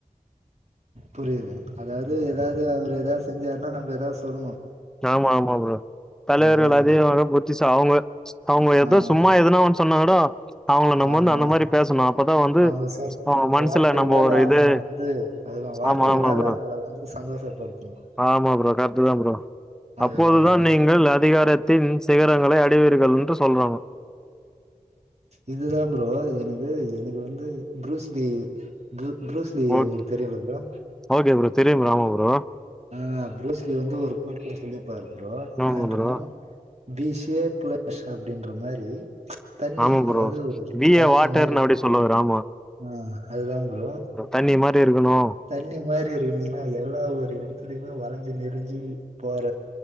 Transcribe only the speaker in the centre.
ஆமா ஆமா ப்ரோ தலைவர்கள்
அதிகமாக புத் திசு அவுங்க அவுங்க எதோ
சும்மா எதுனா ஒன்னு சொன்னாகூட அவங்கள நம்ம
வந்து அந்த மாரி பேசணு அப்பதா வந்து
அவுங் மனசுல
நம்ம ஒரு
இது
ஆமா ஆமா ப்ரோ
ஆமா ப்ரோ கரெட்டுதா ப்ரோ
அப்போதுதான்
நீங்கள் அதிகாரத்தின் சிகரங்களை அடைவீர்கள் என்று சொல்றாங்க
ஓ
ஓகே ப்ரோ தெரியு ப்ரோ ஆமா ப்ரோ
ஆமா ப்ரோ
ஆமா ப்ரோ
பி
ஏ வாட்டர்ன்னு
அப்டி சொல்லுவாரு ஆமா
தண்ணி மாரி இருக்குணு